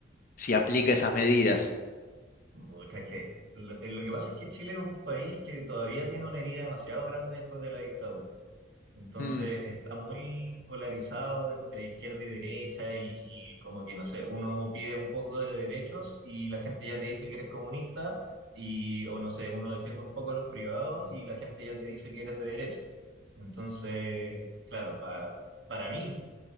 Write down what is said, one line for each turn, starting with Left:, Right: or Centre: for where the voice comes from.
Left: si aplica esas medidas.
Right: pucha, es que lo, lo que pasa es que Chile es un país que todavía tiene una herida demasiado grande después de la dictadura. Entonces
Left: Mm,
Right: está muy polarizado entre izquierda y derecha y, y como que, no sé, uno pide un poco de derechos y la gente ya te dice que eres comunista y, o no sé, uno defiende un poco a los privados y la gente ya te dice que eres de derecha. Entonces, claro, pa- para mí,